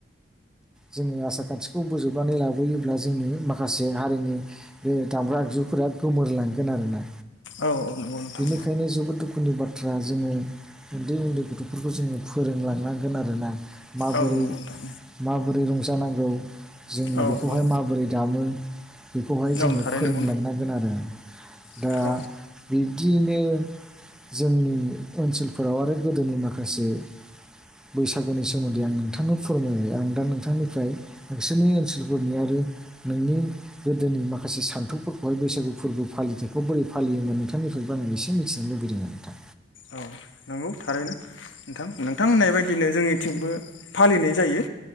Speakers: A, in the centre; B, on the left (about 75°).
A: जोङो आसार खान्थिखौ बोजोबनानै लाबोयोब्ला जोंनि माखासे हारिनि बे दामग्रा आगजुफोरा गोमोरलांगोन आरोना
B: औ औ नंगौ नोंथां
A: बिनिखायनो जोबोद दुखुनि बाथ्रा जोङो उन्दै उन्दै गथ'फोरखौ जोङो फोरोंलांनांगोन आरोना माबोरै
B: औ नंगौ नोंथां
A: माबोरै रंजानांगौ जोङो
B: औ
A: बेखौहाय
B: औ
A: माब बोरै दामो बेखौहाय जोङो
B: औ थारै
A: फोरोंलांनांगोन
B: नंगौ
A: आरो। दा
B: औ
A: बिब्दिनो जोंनि ओनसोलफोराव आरो गोदोनि माखासे बैसागुनि सोमोन्दै आं नोंथांनो फोरमायबाय आं दा नोंथांनिफ्राय नोंसोरनि ओनसोलफोरनि आरो नोंनि गोदोनि माखासे सान्थौफोरखौहाय बैसागु फोरबो फालिथायखौ बोरै फालियोमोन नोंथांनि बेखौ आं एसे मिथिनो लुबैदोंमोन नोंथां
B: औ नंगौ थारैनो नोंथां नोंथां होननाय बायदिनो जोंनिथिंबो फालिनाय जायो